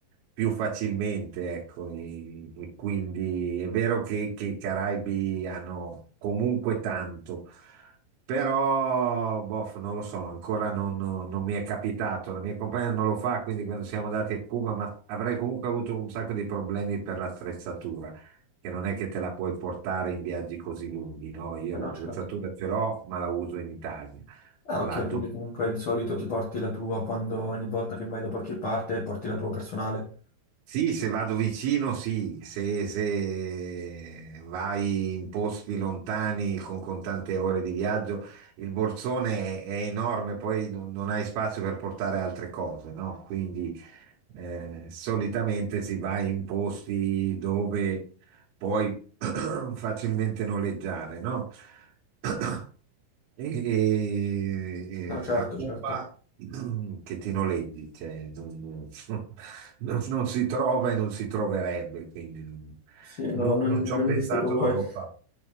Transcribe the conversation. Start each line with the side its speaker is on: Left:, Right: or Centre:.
Right: più facilmente, ecco, e, e quindi è vero che, che i Caraibi hanno comunque tanto. Però, boh, non lo so, ancora non, non- non mi è capitato. La mia compagna non lo fa, quindi quando siamo andati a Cuba, ma avrei comunque avuto un sacco di problemi per l'attrezzatura, che non è che te la puoi portare in viaggi così lunghi, no? Io
Left: Eh no,
Right: l'attrezzatura
Left: certo.
Right: ce l'ho, ma la uso in Italia.
Left: Ah,
Right: La
Left: ok,
Right: do-
Left: quindi comunque di solito ti porti la tua quando ogni volta che vai da qualche parte porti la tua personale.
Right: Sì, se vado vicino, sì, se, se vai in posti lontani con, con tante ore di viaggio, il borsone è, è enorme, poi non, non hai spazio per portare altre cose, no? Quindi eh, solitamente si va in posti dove puoi <clears throat> facilmente noleggiare, no? <clears throat> E, e-
Left: No, certo,
Right: e a Cuba
Left: certo.
Right: <clears throat> che ti noleggi, cioè, non, non- <laughs> non non si trova e non si troverebbe, quindi non,
Left: Sì, no,
Right: non-
Left: non,
Right: non
Left: non
Right: ci ho pensato,
Left: esiste proprio.
Right: non l'ho
Left: <laughs>
Right: fatto.